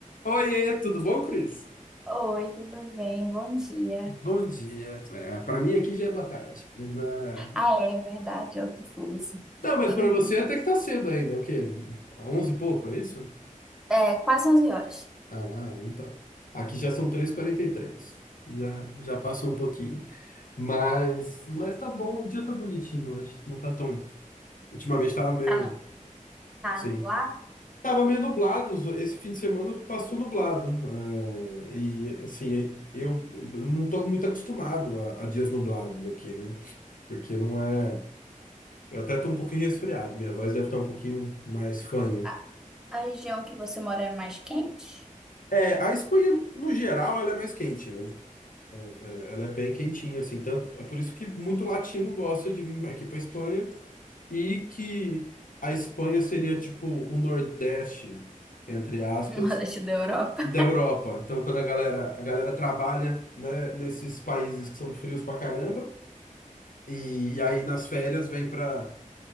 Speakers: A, on the left (about 75°); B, in the centre.
A: Oiê, tudo bom, Cris?
B: Oi, tudo bem? Bom dia.
A: Bom dia. É, para mim aqui já é boa tarde. Mas, é,
B: Ah, é verdade, é outro fuso.
A: Tá, mas
B: <laughs>
A: para você até que tá cedo ainda. é O quê? 11 e pouco, é isso?
B: É quase 11 horas.
A: Ah, então. Aqui já são três e quarenta e três. Já, já passou um pouquinho. Mas, mas tá bom, o dia tá bonitinho hoje. Não tá tão. Ultimamente tava meio.
B: Tá, no tá
A: Sim.
B: nublado?
A: Tava meio nublado, os- esse fim de semana passou nublado. É, e assim, eu eu não tô muito acostumado a, a dias nublados aqui, né? Porque não é. Eu até tô um pouquinho resfriado, minha voz deve estar um pouquinho mais fanha.
B: A, a região que você mora é mais quente?
A: É, a Espanha, no geral, ela é mais quente, né? É, Ela é bem quentinha, assim. Tanto, é por isso que muito latino gosta de vir aqui pra Espanha e que a Espanha seria, tipo, o Nordeste, entre
B: <laughs>
A: aspas,
B: No leste da Europa.
A: da Europa. Então, quando a galera, a galera trabalha, né, nesses países que são frios pra caramba, e, e aí nas férias vem pra